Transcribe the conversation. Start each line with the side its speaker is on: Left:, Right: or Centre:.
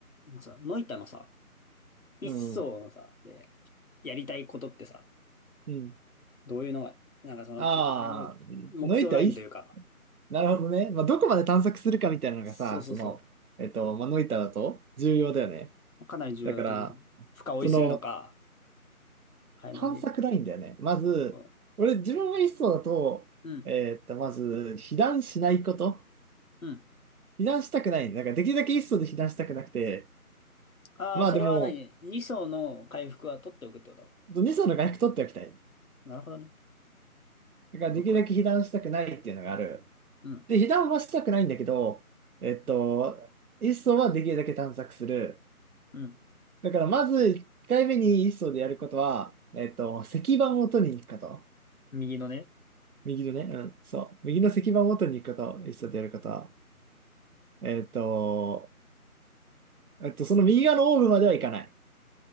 Left: まあさ、ノイタのさ、一層のさ、
Right: うん。
Left: で、やりたいことってさ、
Right: うん。
Left: どういうのが、なんかその、
Right: ああ、
Left: よよ目標ラインというか、
Right: のいたいいっす、なるほどね。まあ、どこまで探索するかみたいなのがさ、
Left: そうそうそ
Right: その、えっと、まあ、ノイタだと重要だよね。
Left: うかなり重要だと思う。
Right: だから、
Left: 深追いするのか、
Right: その、
Left: 早めに。
Right: 探索ラインだよね。まず、
Left: こ
Right: 俺、自分が一層だと、
Left: ううん、
Right: えっと、まず、避難しないこと。
Left: うん。
Right: 避難したくない。だから、できるだけ一層で避難したくなくて、
Left: ああ、
Right: まあでも、
Left: それは何 ?2 層の回復は取っておくってこと
Right: 二層の外角取っておきたい。
Left: なるほどね。
Right: だから、
Left: そうか。
Right: できるだけ避難したくないっていうのがある。
Left: うん。
Right: で、被弾はしたくないんだけど、えっと、一層はできるだけ探索する。
Left: うん。
Right: だから、まず1回目に一層でやることは、えっと、石板を取りに行くこと。
Left: 右のね。
Right: 右のね、うん、そう。右の石板を取りに行くこと、一層でやることは。えっと、えっと、その右側のオーブまでは行かない。